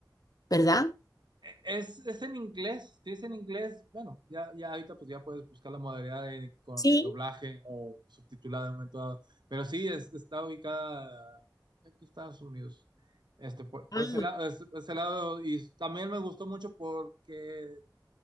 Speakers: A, on the left; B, on the right.
A: ¿verdad?
B: Es, es en inglés, si es en inglés, bueno, ya, ya ahorita pues ya puedes buscar la modalidad de- con
A: Sí.
B: doblaje o subtitulado en un momento dado, pero sí, es- está ubicada en Estados Unidos, este, por,
A: Ah,
B: por ese lado, es- por ese lado, y también me gustó mucho porque